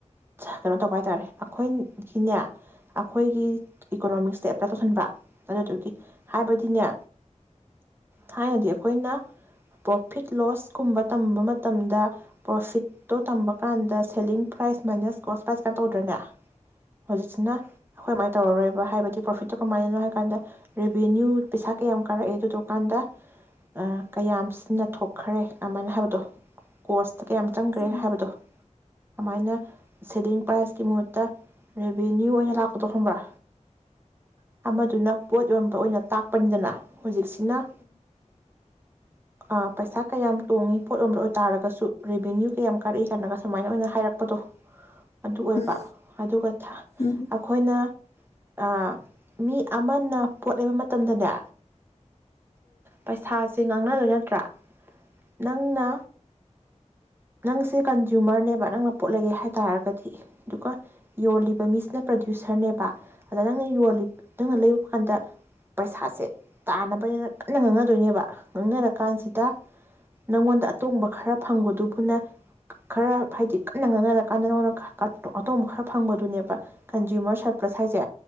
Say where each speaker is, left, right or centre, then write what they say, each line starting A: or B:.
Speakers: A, on the right (about 20°); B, on the left (about 60°).
A: ꯆ ꯀꯩꯅꯣ ꯇꯧꯕ ꯍꯥꯏ ꯇꯥꯔꯦ ꯑꯩꯈꯣꯏꯒꯤꯅꯦ ꯑꯩꯈꯣꯏꯒꯤ ꯏꯀꯣꯅꯣꯃꯤꯛꯁꯇ ꯑꯦꯄ꯭ꯂꯥꯏ ꯇꯧꯁꯤꯟꯕꯥ ꯑꯗꯨꯗꯨꯒꯤ ꯍꯥꯏꯕꯗꯤꯅꯦ ꯊꯥꯏꯅꯗꯤ ꯈꯣꯏꯅ ꯄ꯭ꯔꯣꯐꯤꯠ ꯂꯣꯁ ꯀꯨꯝꯕ ꯇꯝꯕ ꯃꯇꯝꯗ ꯄ꯭ꯔꯣꯐꯤꯠ ꯇꯣ ꯇꯝꯕ ꯀꯥꯟꯗ selling price minus cost price ꯀꯥꯏ ꯇꯧꯗ꯭ꯔꯅꯦ ꯍꯧꯖꯤꯛꯁꯤꯅ ꯑꯩꯈꯣꯏꯃꯥꯏꯅ ꯇꯧꯔꯔꯣꯏ꯫ ꯍꯥꯏꯕꯗꯤ ꯄ꯭ꯔꯐꯤꯠꯇꫭ ꫭꯀꯃꯥꯏꯅꯅꯣ ꯍꯥꯏꯀꯥꯟꯗ ꯔꯦꯚꯤꯅꯤꯎ ꯄꯩꯁꯥ ꯀꯌꯥꯝ ꯀꯥꯔꯛꯑꯦ ꯗꯗꯀꯥꯟꯗ ꯑ ꯀꯌꯥꯝ ꯁꯤꯟꯅꯊꫭꯛꯈꯔꯦ ꯑꯃꯟ ꯍꯥꯏꯕꯗꫭ ꯀꫭꯁꯠ ꯀꯌꯥꯝ ꯆꯪ ꯔꯦ
B: ꯎꯝ
A: ꯍꯥꯏꯕꯗꯣ ꯑꯃꯥꯏꯅ ꯁꯦꯂꯤꯡ ꯄ꯭ꯔꯥꯏꯁꯀꯤ ꯃꯍꯨꯠꯇ ꯔꯦꯚꯤꯅ꯭ꯌꯨ ꯑꯣꯏꯅ ꯂꯥꯛꯄꯗꯣ ꯈꯪꯕ꯭ꯔꯥ꯫ ꯑꯃꯗꯨꯅ ꯄꯣꯠ ꯌꯣꯟꯕ ꯑꯣꯏꯅ ꯇꯥꯛ ꯄꯅꯤꯗꯅ ꯍꯧꯖꯤꯛꯁꯤ ꯅ ꯑ ꯄꯩꯁꯥ ꯀꯌꯥꯝ ꯇꯣꯡꯉꯤ ꯄꯣꯠ ꯌꯣꯟꯕ ꯑꯣꯏꯇꯥꯥꯔꯒꯁꯨ ꯔꯦꯚꯤꯅ꯭ꯌꯨ ꯀ ꯌꯥꯝ ꯀꯥꯔꯛꯏ ꯀꯥꯏꯅꯒ ꯁꯨꯃꯥꯏꯅ ꯑꯣꯏꯅ ꯍꯥꯏꯔꯛꯄꯗꯣ ꯑꯗꯨ ꯑꯣꯏꯕ
B: ꯎꯝ
A: ꯑꯗꯨꯒ ꯊ
B: ꯎꯝ
A: ꯑꯩꯈꯣꯏꯅ ꯑꯥ ꯃꯤ ꯑꯃꯅ ꯄꯣꯠ ꯂꯩꯕ ꯃꯇꯝꯗꯅꯦ ꯄꯩꯁꯥꯁ ꯁꯤ ꯉꯥꯡꯅꯗ ꯅꯠꯇ꯭ꯔꯥ ꯅꯪꯅ ꯅꯪꯁꯦ ꯀꯟꯖꯨꯃꯔꯅꯦꯕ ꯅꯪꯅ ꯄꯣꯠ ꯂꯩꯒꯦ ꯍꯥꯏ ꯇꯥꯔꯒꯗꯤ ꯑꯗꯨꯒ ꯌꯣꯜꯂꯤꯕ ꯃꯤꯁꯤꯅ ꯄ꯭ꯔꯗ꯭ꯌꯨꯁꯔꯅꯦꯕ꯫ ꯅꯪꯅ ꯌꯣꯜꯂꯤ ꯅꯪꯅ ꯂꯩ ꯍꯟꯗ ꯄꯩꯁꯥꯁꯦ ꯇꯥꯅꯕꯅꯤꯅ ꯀꯟꯅ ꯉꯥꯡꯅꯗꯣꯏꯅꯦꯕ ꯉꯥꯡꯅꯔꯀꯥꯟꯁꯤꯗ ꯅꯪꯉꯣꯟꯗ ꯑꯇꯣꯡꯕ ꯈꯔ ꯐꯪꯕꯗꯨ ꯄꯨꯟꯅ ꯈꯔ ꯍꯥꯏꯗꯤ ꯀꯟꯅ ꯉꯥꯡꯅꯔꯀꯥꯟꯗ ꯅꯪꯉꫭꯟꯗ ꯈ ꯑꯇꯣꯡꯕ ꯈꯔ ꯐꯪꯕꯗꯨꯅꯦꯕ ꯀꯟꯖꯨꯃꯔ ꯁꯔꯄꯁ ꯍꯥꯏꯁꯦ꯫